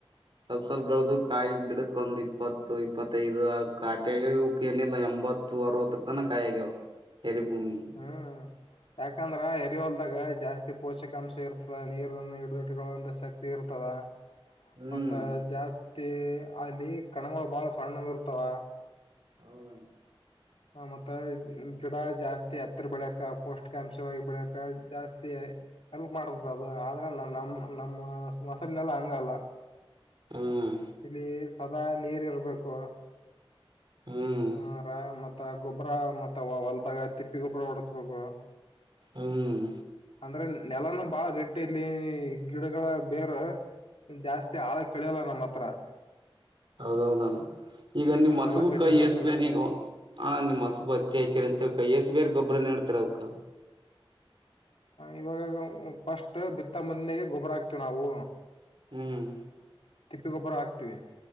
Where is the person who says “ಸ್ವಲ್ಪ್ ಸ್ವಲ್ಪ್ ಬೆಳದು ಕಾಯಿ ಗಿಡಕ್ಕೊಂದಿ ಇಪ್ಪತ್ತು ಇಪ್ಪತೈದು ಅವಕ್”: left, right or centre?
Right